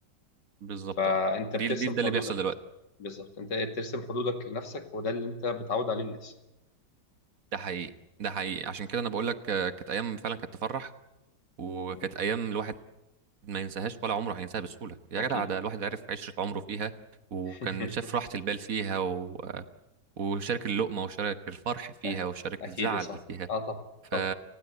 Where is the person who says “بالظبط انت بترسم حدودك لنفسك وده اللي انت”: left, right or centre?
Left